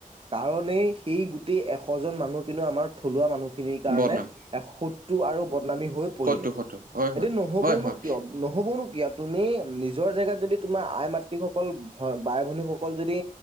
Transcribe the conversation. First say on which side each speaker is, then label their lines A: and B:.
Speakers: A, on the right (about 40°); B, on the right (about 75°).
A: কাৰণেই সেই গোটেই এশ জন মানুহ কিন্তু আমাৰ থলুৱা মানুহখিনিৰ কাৰণে
B: বদনাম
A: এ শত্ৰু আৰু বদনামী হৈ পৰিলে
B: শত্ৰু শত্ৰু হয়
A: এতিয়া
B: হয়
A: নহবওনো
B: হয় হয়
A: কিয় নহবনো কিয় তুমি নিজৰ জেগাত যদি তোমাৰ আই মাতৃ সকল ভ বাই ভনীসকল যদি